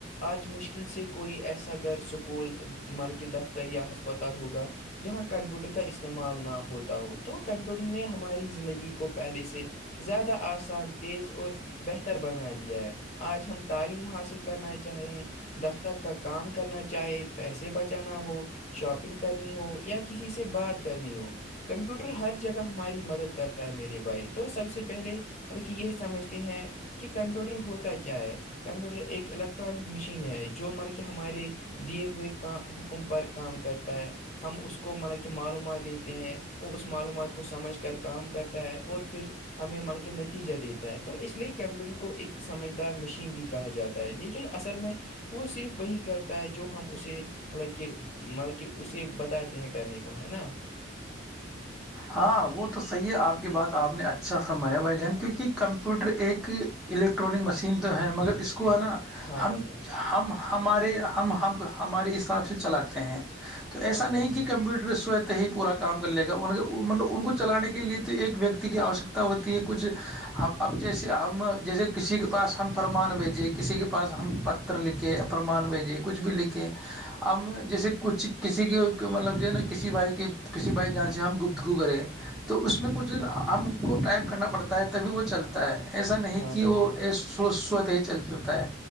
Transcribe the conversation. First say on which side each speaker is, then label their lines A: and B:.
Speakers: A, on the left; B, in the centre.
A: آج مشکل مشکل سے کوئی ایسا اگر سکول مال کے دفتر یا ہسپتال ہوگا جہاں کمپیوٹر کا استعمال نہ ہوتا ہو تو کمپیوٹر نے ہماری زندگی کو پہلے سے زیادہ آان تیز اور بہتر بنا دیا ہے آج ہم تعلیم حاصل کرنا چاہیں دفتر کا کام کرنا چاہے پیسے بچانا ہو شاپنگ کرنی ہو یا کسی سے بات کرنی ہو کم اسپیوٹر ہر جگہ ہماری مدد کرتا ہے میرے بھائی تو سب سے پہلے مطلب کہ یہ سمجھتے ہیں کہ کمپیوٹر ہوتا کیا ہے کمپیوٹر ایک الیکٹرانک مشین ہے جو مر کہ ہمارے دیے ہوئے کا حکم پر کام کرتا ہے ہم اس کو مطل کہ معلومات دیتے ہیں وہ اس معلومات کو سمجھ کر کام کرتا ہے اور پھر ہمیں ملکہ نتیجہ دیتا ہے تو اس لیے کمپیوٹر کو ایک سمجھدار مشین بھی کہا جاتا لیکن اصل میں وہ صرف وہی کرتا ہے جو ہم اسے مطلب کہ مطلب کہ اسے بتاتے ہیں کرنے کو ہے نا
B: ہاں وہ تو صحی ہے آپ کی بات تو آپ نے اچھا فرمایا بھائی جان کیونکہ کمپیوٹر ایک الیکٹرانک مشین تو ہے مگر اس کو آ نا
A: ہاں
B: ہم
A: بھائی جان
B: ہم ہمارے ہم ہمارے حساب سے چلاتے ہیں تو ایسا
A: ہاں بھائی
B: نہیں
A: جان
B: کہ کمپیوٹر اسوت ہی پورا کام کر لے گا ان مطلب ان کو چلانے کے لیے تو ایک ویکتی کی آوشکتا ہوتی ہے کچھ اب جیسے ہم جیسے کسی کے پا ہم پرمان بھیجیں کسی کے پاس ہم پتر لکھیں اپمان بھیجیں کچھ بھی لکھیں ہم جیسے کچھ کسی کے مطلب جو ہے نا کسی بھائی کے کسی بھائی جہاں سے ہم گپت گو کرے تو اس میں کچھ ہم کو ٹائپ کرنا پڑتا ہے تبھی وہ چلتا ہے ایسا نہیں
A: ہاں
B: کہ
A: بھائی
B: وہو
A: جان
B: سوت ہی چل جتا ہے